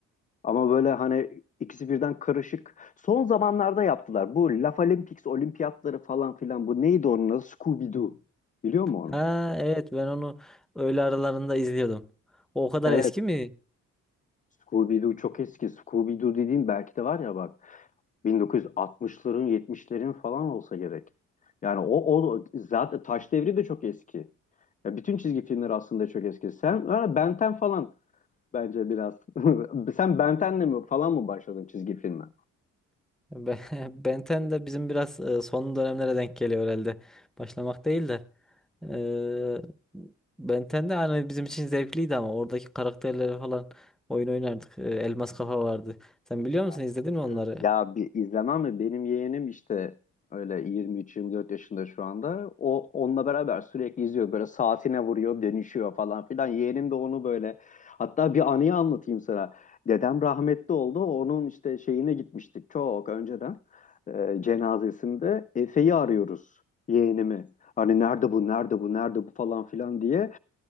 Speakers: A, on the left; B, in the centre.
A: Ama böyle hani ikisi birden karışık. Son zamanlarda yaptılar. Bu Laf Olympics, olimpiyatları falan filan. Bu neydi onun adı? Scooby-Doo. Biliyor musun
B: Ha
A: onu?
B: evet ben onu öğle aralarında izliyordum. O o kadar
A: Evet.
B: eski mi?
A: Scooby-Doo çok eski. Scooby-Doo dediğin belki de var ya bak. 1960'ların 70'lerin falan olsa gerek. Yani o, o zaten Taş Devri de çok eski. Ya bütün çizgi filmler aslında çok eski. Sen yani Benten falan bence biraz. <laughs> Sen Benten'le mi falan mı başladın çizgi filme?
B: Be- <laughs> Ben 10 de bizim biraz e, son dönemlere denk geliyor herhalde. Başlamak değil de. Eee Ben 10 de hani bizim için zevkliydi ama oradaki karakterleri falan oyun oynardık. Eee, Elmas Kafa vardı. Sen biliyor
A: Ya,
B: musun? İzledin mi
A: e,
B: onları?
A: ya bir izlemem mi? Benim yeğenim işte öyle 23-24 yaşında şu anda. O onunla beraber sürekli izliyor. Böyle saatine vuruyor, dönüşüyor falan filan. Yeğenim de onu böyle. Hatta bir anıyı anlatayım sana. Dedem rahmetli oldu. Onun işte şeyine gitmiştik çok önceden. E, cenazesinde Efe'yi arıyoruz yeğenimi. Hani nerede bu, nerede bu, nerede bu falan filan diye.